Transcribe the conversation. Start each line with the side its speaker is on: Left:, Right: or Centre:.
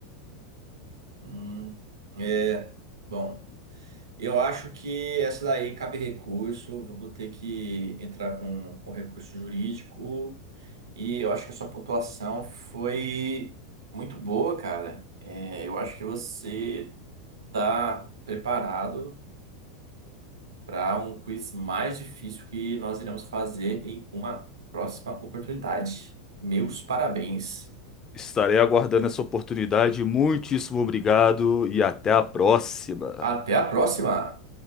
Right: Hum, é. Bom. Eu acho que essa daí cabe recurso, Vou ter que entrar com, com recurso jurídico. E eu acho que a sua pontuação foi muito boa, cara. É, eu acho que você está preparado para um quiz mais difícil que nós iremos fazer em uma próxima oportunidade. Meus parabéns.
Left: Estarei aguardando essa oportunidade. Muitíssimo obrigado e até a próxima.
Right: Até a próxima!